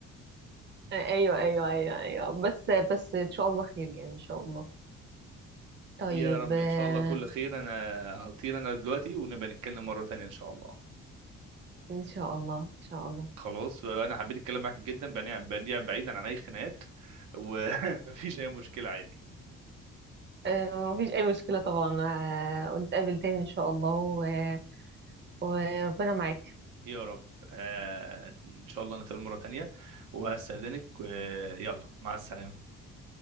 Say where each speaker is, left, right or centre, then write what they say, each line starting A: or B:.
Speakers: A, on the right; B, on the right.
A: ايوه ايوه ايوه ايوه بس بس ان شاء الله خير يعني ان شاء الله طيب
B: يا رب
A: آه،
B: ان شاء الله كل خير انا هطير انا دلوقتي ونبقى نتكلم مره تانية ان شاء الله
A: ان شاء الله ان شاء الله
B: خلاص انا حبيت الكلام معاك جدا بني- بديع بعيدا عن اي خناقات ومفيش <laughs> اي مشكله عادي
A: آه، مفيش اي مشكلة طبعا آه، ونتقابل تاني ان شاء الله و- وربنا معاك
B: يا رب آه ان شاء الله نتقابل مره تانية وهستاذنك آه يلا مع السلامه